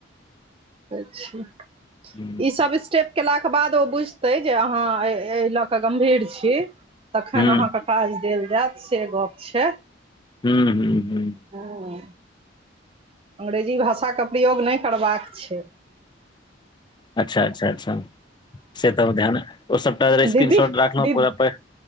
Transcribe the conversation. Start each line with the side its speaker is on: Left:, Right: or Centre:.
Right: अच्छा
Left: हूँ
Right: ई सब स्टेप केला के बाद ओ बुझते जे अहाँ ए ल के गंभीर छी तखन
Left: हूँ
Right: अहाँके। फाज देल जायत से गप छै।
Left: हूँ-हूँ-हूँ।
Right: हँ। अंग्रेजी भाषा केँ प्रयोग नय करबाक छै
Left: अच्छऽ - अच्छऽ, अच्छऽ से तऽ ध्यान ओ सभटा
Right: दीदी-दीदी
Left: स्क्रीन शॉट राखलहुँ पूरा पढ़ि